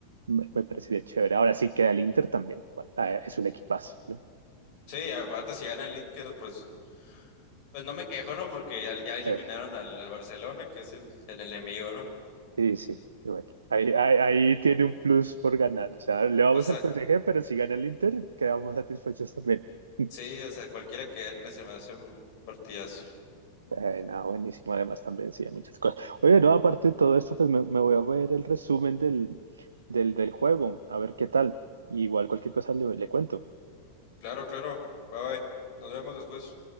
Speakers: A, on the right; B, on the left.
A: me, me parecería chévere. Ahora sí queda el Inter también. Bueno, ah, es un equipazo, ¿no?
B: Sí, aparte si gana el Inter, pues, pues no me quejo, ¿no? Porque ya, ya
A: Sí,
B: eliminaron al, al Barcelona, que es el, el enemigo, ¿no?
A: sí. sí. Y bueno, ahí, ahí, ahí tiene un plus por ganar. O sea, le vamos
B: O sea,
A: al PSG, pero si gana el Inter, quedamos satisfechos también. <laughs>
B: sí, o sea, cualquiera que gane se me hace un partidazo.
A: Eh, no, buenísimo, además también sí, hay muchas cosas. Oye, no, aparte de todo esto, pues me, me voy a ver el resumen del, del, del juego, a ver qué tal. Igual cualquier cosa le, le cuento.
B: Claro, claro. Bye bye. Nos vemos después.